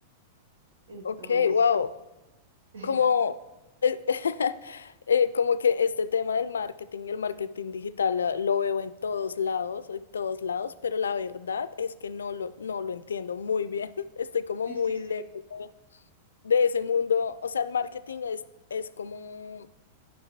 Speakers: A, on the right; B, on the left.
A: entonces,
B: Ok, wow.
A: <laughs>
B: Como, eh, <laughs> eh, como que este tema del marketing, y el marketing digital, la- lo veo en todos lados, en todos lados, pero la verdad es que no lo, no lo entiendo muy bien. <laughs> Estoy como
A: sí,
B: muy
A: sí, sí.
B: lejos de, de ese mundo. O sea, el marketing es, es como,